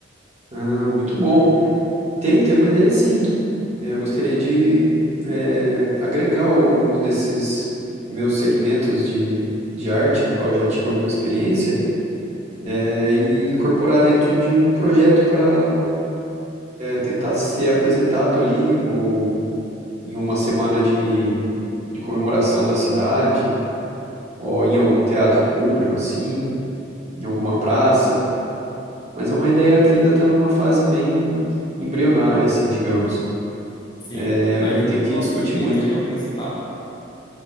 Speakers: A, on the right (about 35°); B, on the left (about 25°).
A: Ah, muito bom. Tenho, tenho uma ideia sim. É, Eu gostaria de é, agregar alguns desses meus segmentos de, de arte, no qual eu já tive alguma experiência, é, e incorporar dentro de um projeto para tentar ser apresentado ali, ou em uma semana de, de comemoração da cidade, ou em algum teatro público, assim, em alguma praça. Mas é uma ideia que ainda está numa fase bem embrionária, assim, digamos.
B: Sim.
A: É, ainda
B: Mas ele,
A: tenho
B: qual
A: que discutir
B: segmento
A: muito.
B: ele é o principal?